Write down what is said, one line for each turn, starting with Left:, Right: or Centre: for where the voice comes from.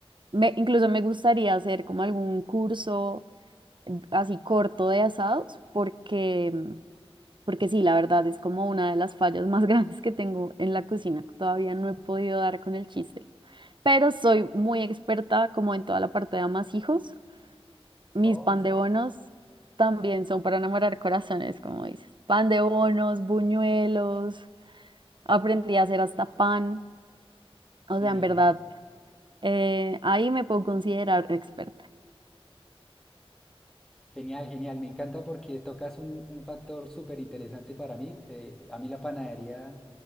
Right: me, incluso me gustaría hacer como algún curso eh, así corto de asados, porque porque sí, la verdad es como una de las fallas más <laughs> grandes que tengo en la cocina. Todavía no he podido dar con el chiste. Pero soy muy experta como en toda la parte de amasijos. Mis
Centre: Oh,
Right: pan
Centre: en serio.
Right: de bonos también son para enamorar corazones, como dices. Pan de bonos, buñuelos. Aprendí a hacer hasta pan. O
Centre: Genial,
Right: sea, en verdad, eh, ahí me puedo considerar experta.
Centre: genial, genial. Me encanta porque tocas un, un factor súper interesante para mí. Eh, a mí la panadería